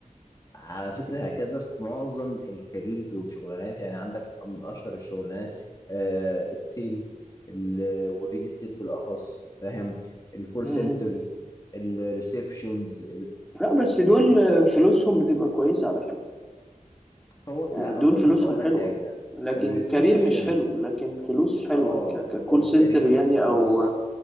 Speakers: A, on the left; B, in the centre.
A: على فكرة هكذا في معظم الكاريرز والشغلانات يعني عندك من أشهر الشغلانات آه، السيلز ال- والريل استيت بالأخص فاهم الكول
B: مم.
A: سنترز الريسبشنز
B: لا بس دول آه، فلوسهم بتبقى كويسة على فكرة
A: هو في-
B: يعني
A: لا
B: دول
A: خد
B: فلوسهم
A: هقول لك
B: حلوة
A: حاجة
B: لكن
A: الريسبشن
B: كارير مش حلو لكن فلوس حلوة
A: اه
B: ك... ككول
A: هو
B: سنتر
A: كارير كده
B: يعني
A: بص
B: أو